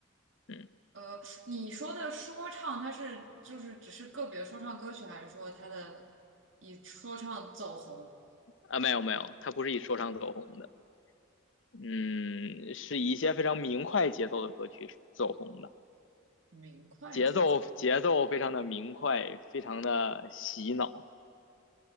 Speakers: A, on the left; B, on the right.
A: 嗯
B: 呃，你说的说唱，它是就是只是个别说唱歌曲，还是说它的以说唱走红，
A: 啊没有没有，他不是以说唱走红的，嗯，是以一些非常明快节奏的歌曲走红的。
B: 明快节奏？
A: 节奏节奏非常的明快，非常的洗脑。